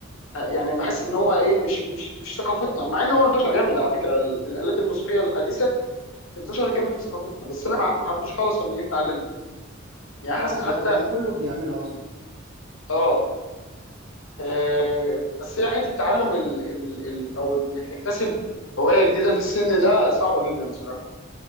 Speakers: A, on the left (about 80°); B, on the right (about 80°).
A: يعني بحس ان هو ايه مش مش مش ثقافتنا مع ان هو انتشر جامد على فكره ال- الالات الموسيقيه الحديثه انتشر جامد في ثقافتنا بس انا ما ما حبيتوش خالص لما جيت اتعلمها يعني
B: وعادي
A: حسيت حتى
B: اه بقى كله بيعملها اصلا
A: اه آه، بس هي حته تعلم ال ال ال او انك تكتسب هوايه جديده في السن ده صعبه جدا بصراحه